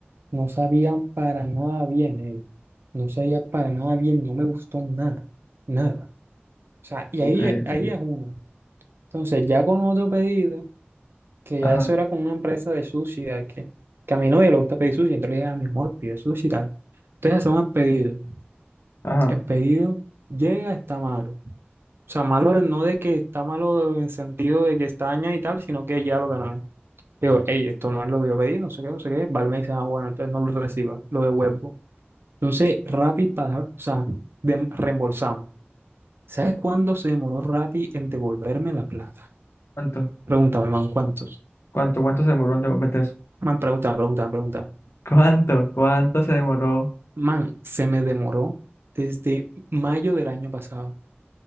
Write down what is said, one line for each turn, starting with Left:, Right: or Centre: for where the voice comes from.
Right: No sabían para nada bien él. No sabía para nada bien, no me gustó nada, nada. O sea, y
Left: Ok,
Right: ahí, ahí
Left: ok.
Right: es una. Entonces, ya con otro pedido, que
Left: Ajá,
Right: ya eso era con una empresa de sushi, de que, que a mi novia le gusta pedir sushi, entonces le dije a mi amor, pide sushi y tal. Entonces hacemos el pedido.
Left: ajá.
Right: El pedido llega, está malo. O sea, malo no de que está malo en sentido de que está dañado y tal, sino que ya lo ganó. Digo, hey, esto no es lo que yo pedí, no sé qué, no sé qué. Vale, me dice, ah, bueno, entonces no lo reciba, lo devuelvo. Entonces, Rappi, pa- o sea, dem- reembolsamos. ¿Sabes cuándo se demoró Rappi en devolverme la plata?
Left: ¿Cuánto?
Right: Pregúntame, man, ¿cuántos?
Left: ¿Cuánto, cuánto se demoró en de- meter eso?
Right: Man, pregunta, pregunta, pregunta.
Left: ¿Cuánto, cuánto se demoró?
Right: Man, se me demoró desde mayo del año pasado,